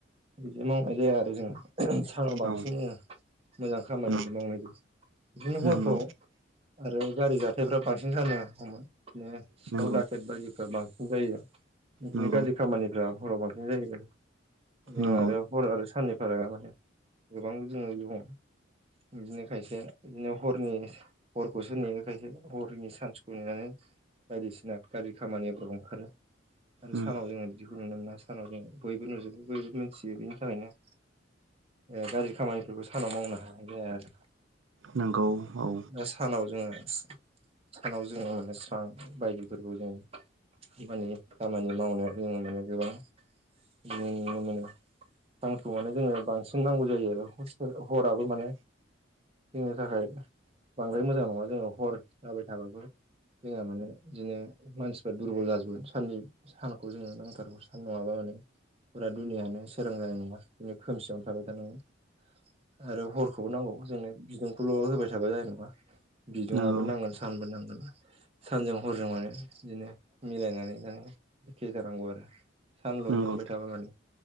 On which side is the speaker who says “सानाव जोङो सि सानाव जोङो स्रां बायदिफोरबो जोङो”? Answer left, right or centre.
Right